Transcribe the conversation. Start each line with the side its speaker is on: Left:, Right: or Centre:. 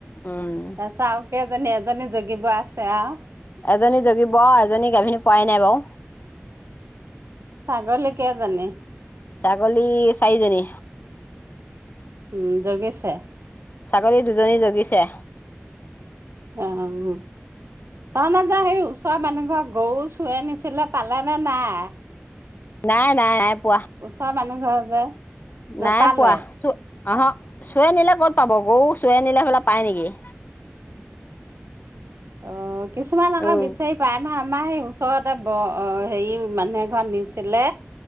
Left: উম
Right: এ চাওঁ। কেইজনী এজনী জগিব আছে আৰু।
Left: এজনী জগিব এজনী গাভিনী হোৱাই নাই বাৰু।
Right: চাগলী কেইজনী?
Left: ছাগলী চাৰিজনী।
Right: উম জগিছে।
Left: ছাগলী দুজনী জগিছে।
Right: অ', তাৰ মাজে সেই ওচৰৰ মানুহ ঘৰত গৰু চোৰে নিচিলে, পালেনে নাই?
Left: নাই, নাই। পোৱা
Right: ওচৰ মানুহ ঘৰৰ যে নেপালে
Left: নাই পোৱা আহ চোৰে নিলে ক'ত পাব গৰু চোৰে নিলে হ'লে পায় নেকি
Right: অ কিছুমান আমাৰ
Left: উম
Right: বিচাৰি পায় নহয় আমাৰ সেই উ ওচৰতে ব হেৰি মানুহ এ ঘৰত নিছিলে